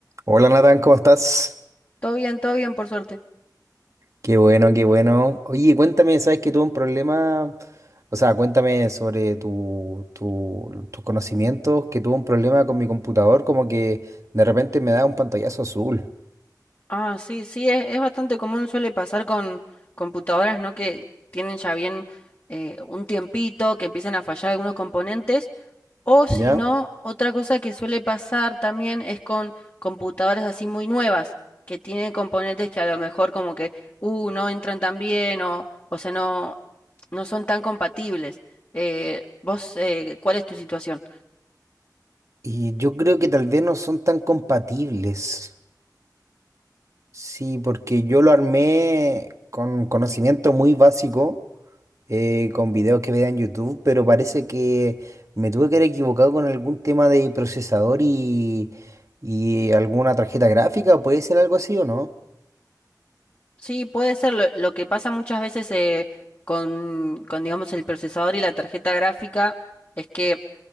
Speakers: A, on the right; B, on the left.
A: Hola Natán, ¿cómo estás?
B: Todo bien, todo bien, por suerte.
A: Qué bueno, qué bueno. Oye, cuéntame, ¿sabes que tuve un problema? O sea, cuéntame sobre tu, tu- tus conocimientos, que tuve un problema con mi computador, como que de repente me da un pantallazo azul,
B: Ah, sí, sí, es, es bastante común, suele pasar con computadoras, ¿no? Que tienen ya bien eh, un tiempito, que empiezan a fallar algunos componentes. O si
A: ¿ya?
B: no, otra cosa que suele pasar también es con computadoras así muy nuevas, que tienen componentes que a lo mejor como que, uh, no entran tan bien o, o sea, no, no son tan compatibles. Eh, vos, eh, ¿cuál es tu situación?
A: Y yo creo que tal vez no son tan compatibles. Sí, porque yo lo armé con conocimiento muy básico. eh, con videos que veía en YouTube, pero parece que me tuve que haber equivocado con algún tema de procesador y, y alguna tarjeta gráfica, ¿puede ser algo así o no?
B: Sí, puede ser lo, lo que pasa muchas veces eh, con, con, digamos, el procesador y la tarjeta gráfica, es que